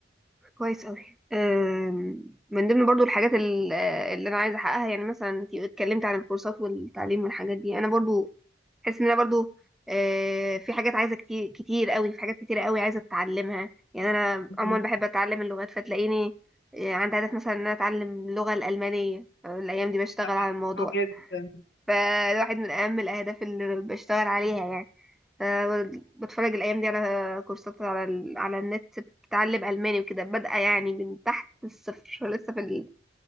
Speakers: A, in the centre; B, on the left.
A: كويس قوي أم، من ضمن برضو الحاجات ال- آه، اللي انا عايزه احققها يعني مثلا انت اتكلمت عن الكورسات والتعليم والحاجات دي انا برضو حاسس ان انا برضو أه، في حاجات عايزه كتير كتير قوي في حاجات كتير قوي عايزه اتعلمها يعني انا
B: مهم.
A: عموما بحب اتعلم اللغات فتلاقيني أه، عندي هدف مثلا ان انا اتعلم اللغه الالمانيه أه، الايام دي بشتغل
B: طب
A: على الموضوع
B: حلو جدا
A: فالواحد من أهم الأهداف اللي بشتغل عليها يعني آه، بتفرج الأيام دي على كورسات على ال... على النت بتعلم ألماني وكده بادئة يعني من تحت الصفر لسه في ال...